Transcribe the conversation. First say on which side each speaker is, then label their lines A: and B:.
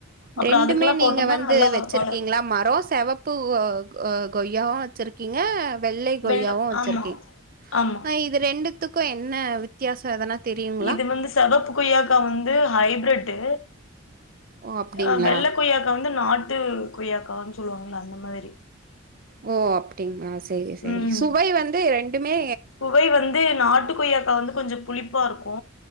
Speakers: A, on the left (about 80°); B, on the right (about 45°).
A: அப்றோ
B: ரெண்டுமே
A: அதுக்கெல்லா
B: நீங்க
A: போட்டோம்னா
B: வந்து
A: நல்லா
B: வச்சிருக்கீங்ளா
A: வளரு
B: மரோ செவப்பு கொ கொய்யாவு வச்சிருக்கீங்க வெள்ளை கொய்யாவு
A: வெள்ள
B: வச்சிருக்கீங்
A: ஆமா ஆமா
B: ஆ இது ரெண்டுத்துக்கு என்ன வித் தியாசோ எதனா தெரியுங்களா?
A: இது வந்து செவப்பு கொய்யாக்கா வந்து ஹைப்ரிட்டு
B: ஓ! அப்டிங்களா?
A: அ வெள்ள கொய்யாக்கா வந்து நாட்டு கொய்யாக்கானு சொல்லுவாங்கள அந்த மாதிரி
B: ஓ அப்டிங்ளா செரி செரி
A: ம்
B: சுவை வந்து ரெண்டுமே
A: சுவை வந்து நாட்டுக் கொய்யா க்கா வந்து கொஞ்சோ புளிப்பா இருக்கு